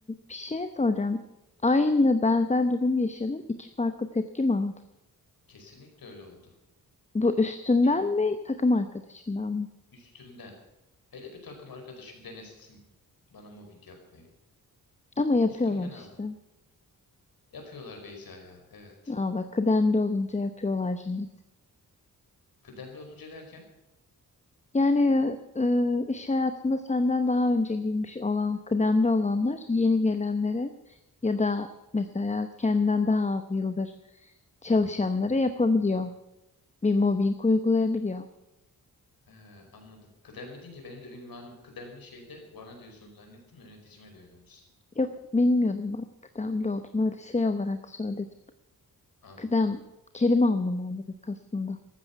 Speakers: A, on the left; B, on the left.
A: bir şey soracağım. Aynı benzer durum yaşadın. İki farklı tepki mi aldın?
B: Kesinlikle öyle oldu.
A: Bu üstünden
B: E,
A: mi takım arkadaşından mı?
B: üstümden. Hele bir takım arkadaşım denesin bana mobbing yapmayı.
A: Ama yapıyorlar
B: Üstümden aldım.
A: işte.
B: Yapıyorlar Beyza ya. Evet.
A: Aa bak kıdemli olunca yapıyorlar cüneyt.
B: Kıdemli olunca derken
A: Yani e, iş hayatında senden daha önce girmiş olan, kıdemli olanlar yeni gelenlere ya da mesela kendinden daha az yıldır çalışanlara yapabiliyor. Bir mobbing uygulayabiliyor.
B: He, anladım. Kıdemli deyince benim de ünvanım kıdemli şeyde bana diyorsun zannettim de yöneticime diyormuşsun.
A: Yok bilmiyorum ben kıdemli olduğunu öyle şey olarak söyledim.
B: Anladım.
A: Kıdem kelime anlamı olarak aslında.